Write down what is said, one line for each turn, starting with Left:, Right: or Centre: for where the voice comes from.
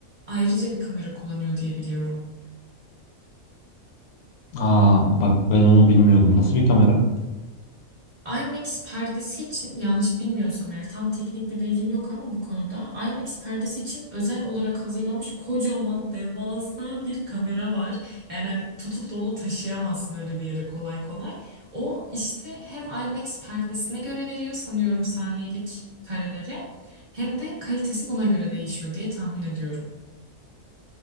Right: ayrıca bir kamera kullanıyor diye biliyorum.
Left: Aa bak ben onu bilmiyordum. Nasıl bir kamera?
Right: IMAX perdesi için yanlış bilmiyorsam eğer tam teknik bir bilgim yok ama bu konuda IMAX perdesi için özel olarak hazırlanmış kocaman devasa bir kamera var. Yani hani tutup da onu taşıyamazsın öyle bir yere kolay kolay. O işte hem IMAX perdesine göre veriyor sanıyorum saniyelik karelere hem de kalitesi buna göre değişiyor diye tahmin ediyorum.